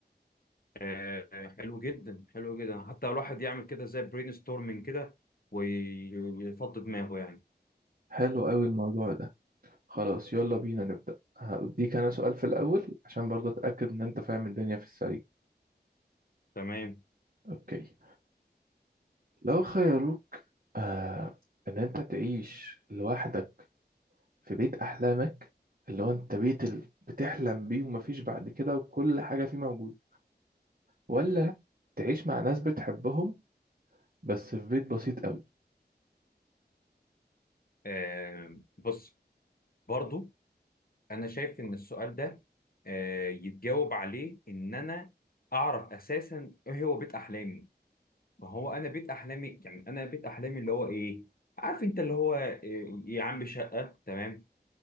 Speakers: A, on the left; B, on the right.
A: آه حلو جدا حلو جدا حتى الواحد يعمل كده زي برين ستورمنج كده ويفضي دماغه يعني
B: حلو قوي الموضوع ده خلاص يلا بينا نبدأ هأديك انا سؤال في الأول عشان برضه اتأكد ان انت فاهم الدنيا في السريع
A: تمام
B: اوكي لو خيروك آه ان انت تعيش لوحدك في بيت احلامك اللي هو انت بيت ال- بتحلم بيه ومفيش بعد كده وكل حاجة فيه موجودة ولا تعيش مع ناس بتحبهم بس في بيت بسيط قوي
A: آه بص برضو انا شايف ان السؤال ده آه يتجاوب عليه ان انا اعرف اساسا ايه هو بيت احلامي ما هو انا بيت احلامي يعني انا بيت احلامي اللي هو ايه عارف انت اللي هو آه يا عم شقة تمام